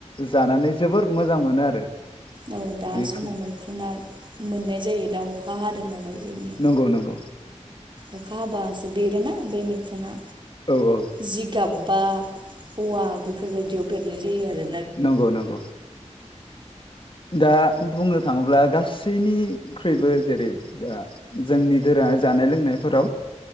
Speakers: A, on the left (about 45°); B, on the right (about 40°).
A: जानानै जोबोर मोजां मोनो आरो
B: औ दा
A: बेखौ
B: समाव मैखुुना मोननाय जायो दा अखा हादों नालाय जोंनिया
A: नंगौ नंगौ
B: अखा हाबासो बेरो ना बे मैखुना?
A: औ औ
B: जिगाब। फा औवा बेफोरबायदियाव बेरनाय जायो आरो।
A: नंगौ नंगौ। दा बुंनो थाङोब्ला गासैनिख्रुइबो जेरै दा जोंनि दोरोङा जानाय लोंनायफोराव